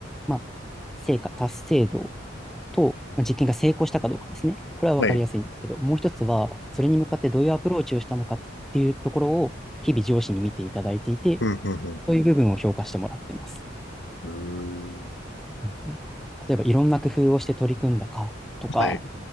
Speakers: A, in the centre; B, on the left.
A: まあ、成果、達成度と、まあ、実験が成功したかどうかですね。これは分かりやすいんですけど、
B: はい。
A: もう一つは、それに向かってどういうアプローチをしたのかっていうところを、日々上司に見ていただいていて、
B: うん、うん、
A: そういう部分を評価してもらってます。
B: うん。うーん。
A: うんうん、例えば、いろんな工夫をして取り組んだかとか、
B: はい。